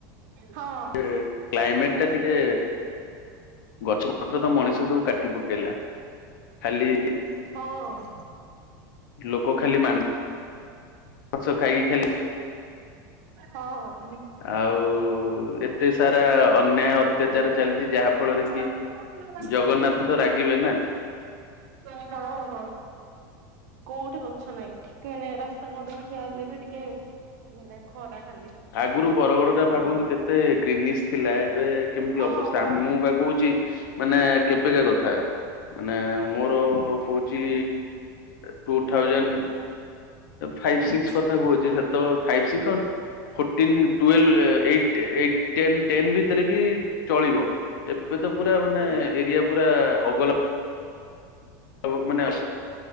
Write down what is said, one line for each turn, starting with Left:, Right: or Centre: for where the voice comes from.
Right: ହଁ
Left: ସେ କ୍ଲାଇମେଟ ଟା ଟିକେ ଗଛ ପତ୍ର ତ ମଣିଷ ସବୁ କାଟି ପକେଇଲା ଖାଲି
Right: ହଁ।
Left: ଲୋକ ଖାଲି ମାଂସ ମାଂସ ଖାଇକି ଖାଲି
Right: ହଁ ହଁ।
Left: ଆଉ ଏତେ ସାରା ଅନ୍ୟାୟ ଅତ୍ୟାଚାର ଚାଲିଛି ଯାହା ଫଳରେ
Right: <unintelligible>
Left: କି ଜଗନ୍ନାଥ ତ ରାଗିବେ
Right: <unintelligible>
Left: ନା।
Right: କୋଉଠି ଗଛ ନାହିଁ ଠିକ ମାନେ ରାସ୍ତା କଡରେଠିଆ ହେଲେ ବି ଟିକେ ମାନେ ଖରା ଖାଲି।
Left: ଆଗରୁ ବରଗଡ ଟା ଭାବନ୍ତୁ
Right: ଗରମ
Left: କେତେ ଗ୍ରୀନି ଥିଲା ଏବେ କେମିତି
Right: ହଁ
Left: ଅବସ୍ଥା
Right: ହଁ
Left: ମୁଁ ପା କହୁଛି ମାନେ କେବେକା କଥା? ମାନେ ମୋର କହୁଛି ଟୁ ଥାଉଁଜେଣ୍ଟ ଫାଇଭ
Right: ହୁଁ
Left: ସିକ୍ସ
Right: ହୁଁ
Left: କଥା କହୁଛି ସେ ତ ଫାଇଭ ସିକ୍ସ ଫୋର୍ଟିନ୍ ଟୁଲଭ ଏଇ ଏଇ ଟେନ୍ ଟେନ୍ ଭିତରେ ବି ଚଳିବ ଏବେ ତ ପୁରା ମାନେ
Right: ହୁଁ।
Left: ଏରିଆ ପୁରା ଅଗଲା
Right: ହ
Left: ଆଉ ମାନେ ଆ